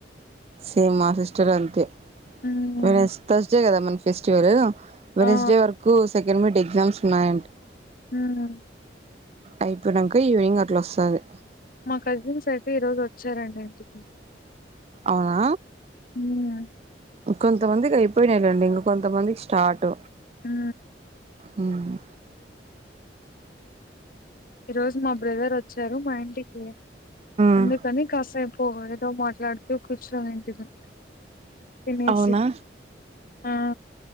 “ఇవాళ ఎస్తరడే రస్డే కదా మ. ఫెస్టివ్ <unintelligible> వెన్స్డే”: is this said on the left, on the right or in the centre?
Right